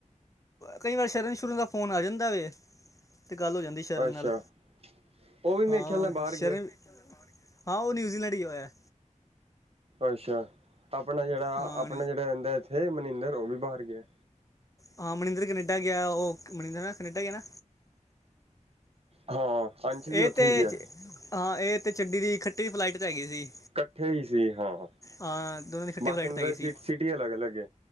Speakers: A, on the left; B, on the right.
A: ਕਈ ਵਾਰ ਸ਼ਰਨ ਸ਼ੁਰਨ ਦਾ ਫੋਨ ਆ ਜਾਂਦਾ ਵ, ਤੇ ਗੱਲ ਹੋ ਜਾਂਦੀ ਸ਼ਰਨ
B: ਅੱਛਾ
A: ਨਾਲ,
B: ਉਹ ਵੀ ਮੇਰੇ
A: ਹਾਂ
B: ਖਿਆਲ ਨਾਲ ਬਾਹਰ
A: ਸ਼ਰਨ,
B: ਗਿਆ
A: ਹਾਂ ਉਹ ਨਿਊਜ਼ੀਲੈਂਡ ਗਿਆ ਹੋਇਆ।
B: ਅੱਛਾ, ਆਪਣਾ ਜਿਹੜਾ,
A: ਹਾਂ
B: ਆਪਣਾ ਜਿਹੜਾ ਰਹਿੰਦਾ ਇੱਥੇ ਮਨਿੰਦਰ, ਉਹ ਵੀ ਬਾਹਰ ਗਿਆ।
A: ਹਾਂ ਮਨਿੰਦਰ ਕਨੇਡਾ ਗਿਆ, ਉਹ ਮਨਿੰਦਰ ਨਾ ਕਨੇਡਾ ਗਿਆ ਨਾ?
B: ਹਾਂ। ਅੰਸ਼ ਵੀ
A: ਇਹ
B: ਉੱਥੇ
A: ਤੇ,
B: ਹੀ ਗਿਆ
A: ਹਾਂ ਇਹ ਤੇ ਚੱਡੀ ਦੀ ਖੱਟੀ ਦੀ ਫਲਾਈਟ ਤਾਂ ਹੈਗੀ ਸੀ।
B: ਇਕੱਠੇ ਹੀ ਸੀ, ਹਾਂ
A: ਹਾਂ ਦੋਨਾਂ ਦੀ ਖੱਟੀ
B: ਬਸ
A: ਫਲਾਈਟ
B: ਇਹਨਾਂ
A: 'ਤੇ ਹੈਗੀ
B: ਦਾ
A: ਸੀ
B: ਸਿਟੀ ਅਲੱਗ ਅਲੱਗ ਨੇ।